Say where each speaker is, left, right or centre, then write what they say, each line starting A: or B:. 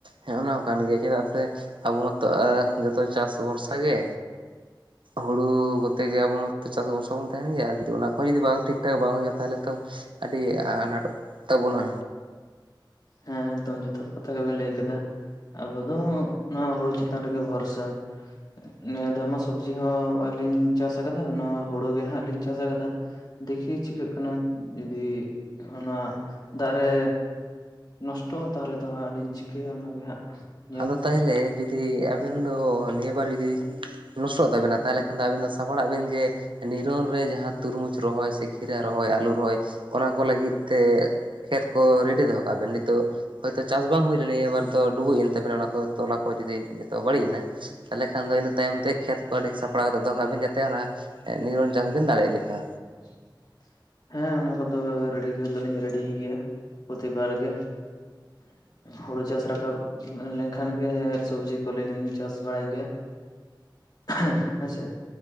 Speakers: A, on the right; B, on the left.
A: ᱦᱮ ᱚᱱᱟ ᱦᱚᱸ ᱠᱟᱱ ᱜᱮᱭᱟ, ᱪᱮᱫᱟᱜ ᱥᱮ ᱟᱵᱚ ᱡᱚᱛᱚ ᱪᱟᱥ ᱵᱷᱚᱨᱥᱟ ᱜᱮ, ᱦᱩᱲᱩ ᱠᱚᱛᱮ ᱜᱮ ᱟᱵᱚ ᱢᱟᱛᱚ ᱪᱟᱥ ᱵᱷᱚᱨᱥᱟ ᱵᱚᱱ ᱛᱟᱦᱮᱱ ᱜᱮᱭᱟ ᱟᱨ ᱡᱩᱫᱤ ᱚᱱᱟ ᱠᱚ ᱡᱩᱫᱤ ᱵᱟᱝ ᱴᱷᱤᱠ ᱴᱷᱟᱠ ᱵᱟᱝ ᱦᱳᱭᱳᱜᱼᱟ ᱛᱟᱦᱞᱮ ᱛᱚ ᱟᱹᱰᱤ ᱟᱱᱟᱴᱚᱜ ᱛᱟ-ᱵᱚᱱᱟ᱾
B: ᱦᱮᱸ, ᱮᱠᱫᱚᱢ ᱡᱚᱛᱷᱟᱛ ᱠᱟᱛᱷᱟ ᱜᱮᱵᱮᱱ ᱞᱟᱹᱭ ᱠᱮᱫᱟ ᱾ ᱟᱵᱚ ᱫᱚ ᱱᱚᱣᱟ ᱦᱳᱲᱳ ᱪᱮᱛᱟᱱ ᱨᱮ ᱜᱮ ᱵᱷᱚᱨᱥᱟ ᱾ ᱱᱤᱭᱟᱹ ᱫᱷᱟᱣᱢᱟ ᱥᱚᱵᱽᱡᱤ ᱦᱚᱸ ᱵᱟᱞᱤᱧ ᱪᱟᱥ ᱟᱠᱟᱫᱟ ᱚᱱᱟ ᱦᱳᱲᱳ ᱜᱮ ᱦᱟᱸᱜ ᱞᱤᱧ ᱪᱟᱥ ᱟᱠᱟᱫᱟ᱾ ᱫᱮᱠᱷᱤ ᱪᱤᱠᱟᱹᱜ ᱠᱟᱱᱟ, ᱡᱩᱫᱤ ᱚᱱᱟ ᱫᱟᱜ ᱨᱮ ᱱᱚᱥᱴᱚᱜᱼᱟ ᱛᱟᱦᱚᱞᱮ ᱫᱚ ᱦᱟᱸᱜ ᱞᱤᱧ ᱪᱤᱠᱟᱹᱭᱟ ᱚᱱᱟᱜᱮ ᱦᱟᱸᱜ ᱾
A: ᱟᱫᱚ ᱛᱟᱦᱮᱞᱮ ᱡᱩ ᱡᱩᱫᱤ ᱟᱵᱮᱱ ᱫᱚ ᱱᱤᱭᱟᱹ ᱵᱟᱨ ᱡᱩᱫᱤ ᱱᱚᱥᱴᱚᱜ ᱛᱟᱵᱮᱱᱟ ᱛᱟᱦᱮᱞᱮ ᱠᱷᱟᱱ ᱫᱚ ᱟᱵᱮᱱ ᱫᱚ ᱥᱟᱯᱲᱟᱜ ᱵᱮᱱ ᱡᱮ ᱱᱤᱨᱚᱱ ᱨᱮ ᱡᱟᱦᱟᱸ ᱛᱩᱨᱢᱩᱡᱽ ᱨᱚᱦᱚᱭ ᱥᱮ ᱠᱷᱤᱨᱟ ᱨᱚᱦᱚᱭ, ᱟᱹᱞᱩ ᱨᱚᱦᱚᱭ ᱚᱱᱟ ᱠᱚ ᱞᱟᱹᱜᱤᱫ ᱛᱮ ᱠᱷᱮᱛ ᱠᱚ ᱨᱮᱰᱤ ᱫᱚᱦᱚ ᱠᱟᱜ ᱵᱮᱱ ᱱᱤᱛᱳᱜ ᱦᱳᱭ ᱛᱚ ᱪᱟᱥ ᱵᱟᱝ ᱦᱳᱭ ᱞᱮᱱᱟ ᱱᱤᱭᱟᱹᱵᱟᱨ ᱫᱚ ᱰᱩᱵᱩᱡ ᱮᱱ ᱚᱱᱟ ᱛᱚᱞᱟ ᱠᱚ ᱡᱩᱫᱤ ᱡᱚᱛᱚ ᱵᱟᱹᱲᱤᱡ ᱮᱱᱟ, ᱛᱟᱞᱮ ᱠᱷᱟᱱ ᱫᱚ ᱤᱱᱟᱹ ᱛᱟᱭᱚᱢ ᱛᱮ ᱠᱷᱮᱛ ᱠᱚ ᱟᱹᱰᱤ <unintelligible> ᱫᱚᱦᱚ ᱠᱟᱜ ᱵᱤᱱ ᱡᱟᱛᱮ ᱚᱱᱟ ᱱᱤᱨᱚᱱ ᱪᱟᱥ ᱵᱮᱱ ᱫᱟᱲᱮᱭᱟᱜ ᱞᱮᱠᱟ᱾
B: <unintelligible> ᱦᱮᱸ ᱚᱱᱟ ᱠᱚᱫᱚ ᱨᱮᱰᱤ ᱫᱚᱞᱤᱧ ᱨᱮᱰᱤᱭ ᱜᱮᱭᱟ ᱯᱨᱚᱛᱤᱵᱟᱨ ᱜᱮ᱾ ᱦᱳᱲᱳ ᱪᱟᱥ ᱨᱟᱠᱟᱵ ᱞᱮᱱᱠᱷᱟᱱ ᱜᱮ ᱥᱚᱵᱡᱤ ᱠᱚᱞᱤᱧ ᱪᱟᱥ ᱵᱟᱲᱟᱭ ᱜᱮᱭᱟ ᱦᱮ ᱦᱮᱸᱥᱮ᱾